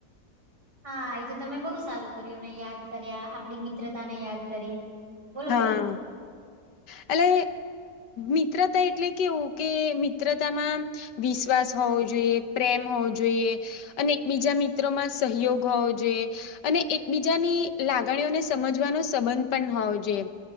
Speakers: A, on the right; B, on the left.
A: હા, એ તો તમે બહુ સારું કર્યું એમને યાદ કર્યા આપડી મિત્રતા ને યાદ કરી. બોલો
B: હા,
A: બોલો
B: અલે મિત્રતા એટલે કેવું કે મિત્રતામાં વિશ્વાસ હોવો જોઈએ પ્રેમ હોવો જોઈએ અને એક બીજા મિત્રોમાં સહયોગ હોવો જે અને એકબીજાની લાગણીઓને સમજવાનો સંબંધ પણ હોવો જોઈએ.